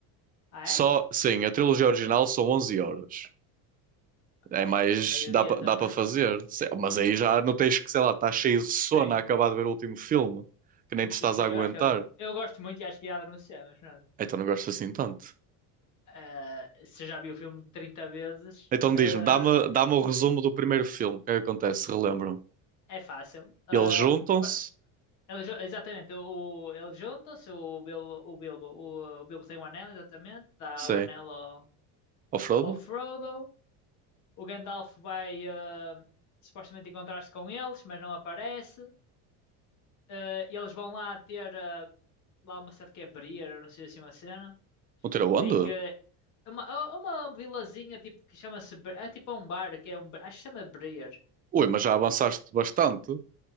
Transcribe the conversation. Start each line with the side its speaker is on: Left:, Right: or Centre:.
Left: Ah,
Right: Só,
Left: é?
Right: sim, a trilogia original são 11 horas. É
Left: Pá, é,
Right: mais,
Left: é meio-dia
Right: dá para
Left: também.
Right: dá para fazer. Se- Mas aí já não tens que, sei lá, estás cheio de sono
Left: Sim.
Right: a acabar de ver o último filme, que nem te estás
Left: Isso,
Right: a
Left: é,
Right: aguentar.
Left: Eu acho que adorme... eu gosto muito e acho que ia adormecer, mas pronto.
Right: Então não gosto assim tanto.
Left: Ah, se eu já vi o filme 30 vezes,
Right: Então
Left: ah,
Right: diz-me, dá-me dá-me o resumo do primeiro filme. O que é que acontece? Relembro-me.
Left: é fácil. Ah,
Right: Eles juntam-se.
Left: ba- ele ju- exatamente, o, eles juntam-se, o Bilbo, o Bilbo, o, o Bilbo tem o anel, exatamente, dá
Right: Sim.
Left: o anel ao,
Right: Ao Frodo?
Left: ao Frodo, o Gandalf vai ah, supostamente encontrar-se com eles, mas não aparece, Ah, e eles vão lá ter ah, lá uma certa que é Briar, eu não sei se é uma cena.
Right: Não tira onde?
Left: em que é uma, é uma vilazinha tipo que chama-se Bre- é tipo um bar que é um bar- acho que se chama Breer.
Right: Ui, mas já avançaste bastante.